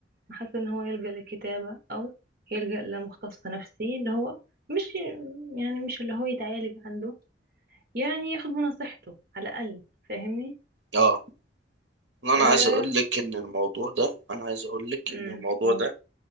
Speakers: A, on the right (about 55°); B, on the right (about 70°).
A: حاسة إن هو يلجأ للكتابة أو يلجأ لمختص نفسي اللي هو مش يعني مش اللي هو يتعالج عنده يعني ياخد بنصيحته على الأقل فاهمني؟
B: اه انا
A: آه
B: عايز اقول لك ان الموضوع ده انا عايز اقول لك
A: أمم
B: ان الموضوع
A: قول
B: ده